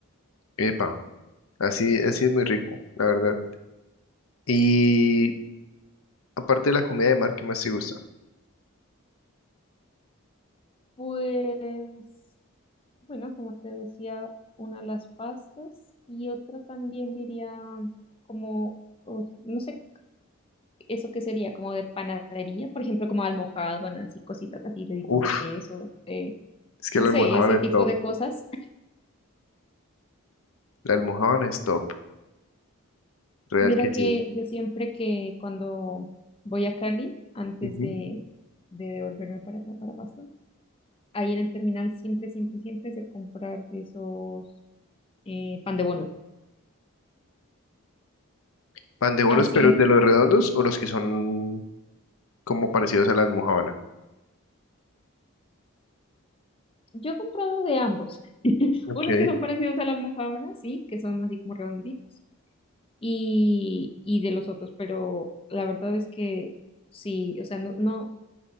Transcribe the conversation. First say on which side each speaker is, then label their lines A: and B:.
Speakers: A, on the left; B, on the left.
A: epa, así, así es muy rico, la verdad. Y aparte de la comida de mar, ¿qué más te gusta?
B: Pues, bueno, como te decía, una las pastas y otra también diría como, uf, no sé, eso qué sería, como de panadería, por ejemplo, como almojábanas así cositas así, deditos
A: Uf,
B: de queso, eh,
A: es que
B: no
A: la
B: sé,
A: almojábana
B: ese
A: es
B: tipo
A: top.
B: de cosas.
A: La almojábana es top, real
B: Mira
A: que
B: que
A: sí.
B: yo siempre que cuando voy a Cali, antes
A: Ujú.
B: de, de devolverme para acá, para Pasto, ahí en el terminal siempre, siempre, siempre es de comprar de esos eh, pan de bono.
A: Pan de bonos,
B: Así
A: pero de los redondos o los que son como parecidos a la almojábana.
B: Yo he comprado de ambos. <laughs>
A: Ok,
B: Unos que son parecidos a la almojábana, sí, que son así como redonditos, y, y de los otros, pero la verdad es que sí, o sea, no, no,